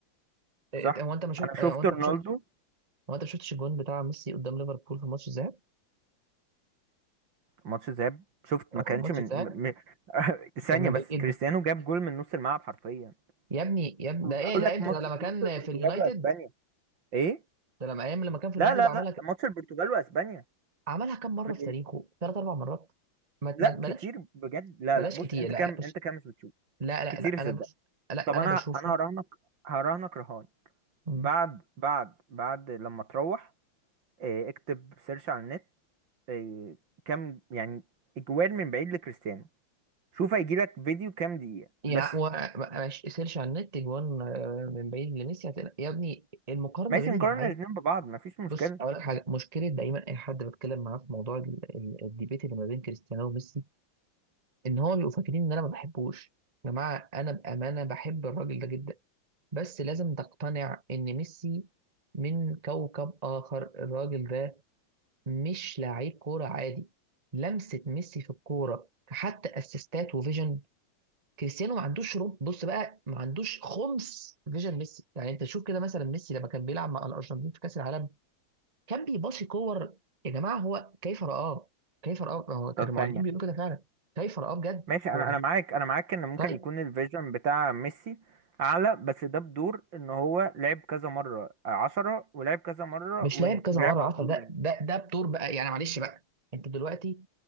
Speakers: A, on the right; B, on the right.
A: إيه،
B: صح
A: هو انت ما شفت
B: انا شفت
A: آه، هو انت
B: رونالدو
A: ما شفتش هو انت ما شفتش الجون بتاع ميسي قدام ليفربول في ماتش الذهاب
B: ماتش ذهاب شفت ما
A: اه
B: كانش
A: ماتش
B: من
A: الذهاب
B: م... م... <laughs> ثانية
A: كان من
B: بس
A: بعيد جدا
B: كريستيانو جاب جول من نص الملعب حرفيا
A: يا ابني يا ابني
B: كنت
A: ده ايه
B: اقول
A: ده
B: لك
A: امتى
B: ماتش
A: ده لما كان
B: ماتش البرتغال
A: في اليونايتد
B: واسبانيا ايه
A: ده لما ايام لما كان في
B: لا
A: اليونايتد
B: لا
A: عملها
B: لا ماتش البرتغال واسبانيا
A: عملها كام مره
B: في...
A: في تاريخه ثلاث اربع مرات ما
B: لا
A: ما ما
B: كتير بجد لا
A: بلاش
B: لا بص
A: كتير
B: انت
A: لا
B: كام
A: لا بص
B: انت كام مش بتشوف
A: لا لا
B: كتير
A: لا انا بص لا
B: طب
A: انا
B: انا
A: بشوفه
B: انا هراهنك هراهنك رهان
A: مم.
B: بعد بعد بعد لما تروح إيه، اكتب سيرش على النت إيه، كام يعني اجوال من بعيد لكريستيانو شوف هيجيلك فيديو كام دقيقة
A: يعني
B: بس
A: و- ماشي سيرش على النت جوان آه، من بعيد لميسي هتلاقي يا ابني المقارنه
B: ماشي
A: بين
B: نقارن
A: اللعيب
B: الاتنين ببعض مفيش مشكلة
A: بص اقول لك حاجه مشكله دايما اي حد بتكلم معاه في موضوع ال- ال- الديبيت اللي ما بين كريستيانو وميسي ان هو بيبقوا فاكرين ان انا ما بحبوش يا جماعه انا بامانه بحب الراجل ده جدا بس لازم تقتنع ان ميسي من كوكب اخر الراجل ده مش لعيب كورة عادي لمسة ميسي في الكورة حتى اسيستات وفيجن كريستيانو ما عندوش رب بص بقى ما عندوش خمس فيجن ميسي يعني انت شوف كده مثلا ميسي لما كان بيلعب مع الارجنتين في كاس العالم كان بيباصي كور يا جماعة هو كيف رآه كيف رآه هو كان
B: طب
A: المعلمين
B: ثانية
A: بيقولوا كده فعلا كيف رآه بجد
B: ماشي انا
A: هو
B: انا معاك انا معاك ان ممكن
A: طيب
B: يكون الفيجن بتاع ميسي اعلى بس ده بدور ان هو لعب كذا مرة آه، عشرة ولعب كذا مرة
A: مش
B: وينج
A: لاعب كذا
B: ولعب
A: مرة
B: على
A: عشرة
B: طول
A: ده
B: وينج
A: ده ده بطور بقى يعني معلش بقى انت دلوقتي